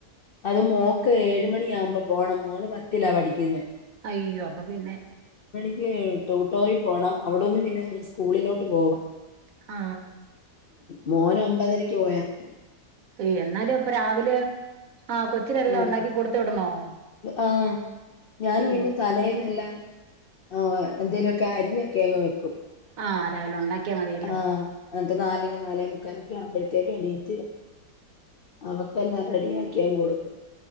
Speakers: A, on the left; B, on the right.
A: അത് മോക്ക് ഏഴു മണിയാകുമ്പോ പോണം മോള് പത്തിലാ പഠിക്കുന്നെ
B: അയ്യോ അപ്പൊ പിന്നെ
A: എനിക്ക് ട്യൂട്ടോറിൽ പോണം അവിടൊന്ന് പിന്നെ സ്കൂളിലോട്ട് പോവും
B: ആ
A: മോന് ഒമ്പതരക്ക് പോയാൽ മ
B: അ എന്നാലും ഇപ്പൊ രാവിലെ ആഹ കൊച്ചിലെല്ലാം
A: ആ
B: ഉണ്ടാക്കി കൊടുത്ത് വിടണോ
A: ആ ഞാൻ
B: അയ്യോ
A: അതിന് തലേന്നെല്ലാം ആ എന്തേലുമൊക്കെ അരിഞ്ഞൊക്കെ അങ്ങ് വെക്കും
B: ആഹ് രാവിലെ ഉണ്ടാക്കിയാ മതിയല്ലോ
A: ആഹ എന്നിട്ട് നാലൊക്കെ നാലേ മുക്കാലൊക്കെ ആവുമ്പഴേ എണീട്ട് അവക്കെല്ലാം റെഡി ആക്കിഎങ്ങ് കൊടുക്കും